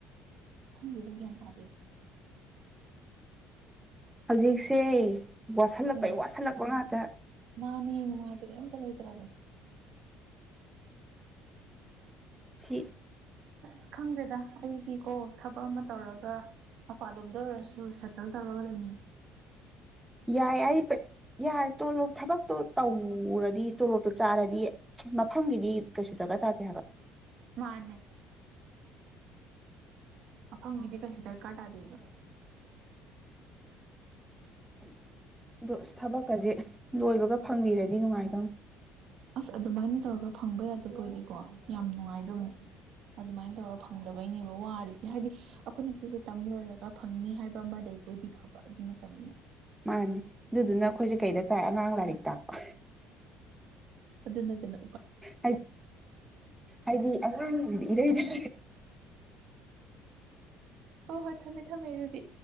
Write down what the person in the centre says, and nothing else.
ꯍꯧꯖꯤꯛꯁꯦ ꯋꯥꯁꯤꯜꯂꯛꯄꯩ
ꯋꯥꯠꯁꯤꯜꯂꯛꯄ ꯉꯥꯛꯇ
ꯁꯤ
ꯌꯥꯏ ꯑꯩ ꯌꯥꯔꯦ ꯇꯣꯂꯣꯞ ꯊꯕꯛꯇꯣ ꯇꯧꯔꯨꯔꯗꯤ ꯇꯣꯂꯣꯞꯇꯣ ꯆꯥꯔꯗꯤ ꯃꯐꯝꯒꯤꯗꯤ ꯀꯩꯁꯨ ꯗꯔꯀꯔ ꯇꯥꯗꯦ ꯍꯥꯏꯕ
ꯑ ꯑꯗꯣ ꯊꯕꯛꯀꯁꯦ ꯂꯣꯏꯕꯒ ꯐꯪꯕꯤꯔꯗꯤ ꯅꯨꯡꯉꯥꯏꯇꯧ
ꯃꯥꯅꯦ ꯑꯗꯨꯗꯨꯅ ꯑꯩꯈꯣꯏꯁꯦ ꯀꯩꯗ ꯇꯥꯏ ꯑꯉꯥꯡ ꯂꯥꯏꯔꯤꯛ ꯇꯥꯛꯄ
ꯍꯥꯏꯗꯤ ꯍꯥꯏꯗꯤ ꯑꯉꯥꯡꯁꯤꯗꯤ ꯏꯔꯩꯗ